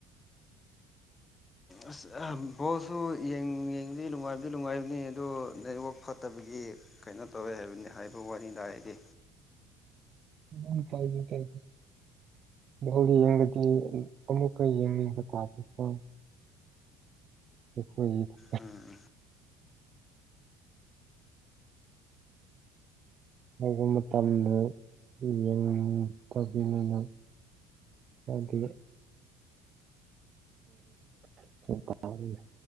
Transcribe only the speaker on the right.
ꯎꯝ ꯀꯥꯏꯗꯦ ꯀꯥꯏꯗꯦ ꯋꯣꯜꯗ ꯌꯦꯡꯕꯗꯤ ꯑꯃꯨꯛꯀ ꯌꯦꯡꯅꯤꯡꯕ ꯇꯥꯕꯀꯣ <unintelligible> ꯑꯈꯣꯏꯒꯤ
ꯍꯧꯕ ꯃꯇꯝꯗ ꯌꯦꯡ ꯇꯕꯤꯅꯤꯅ ꯍꯥꯏꯒꯤ <unintelligible>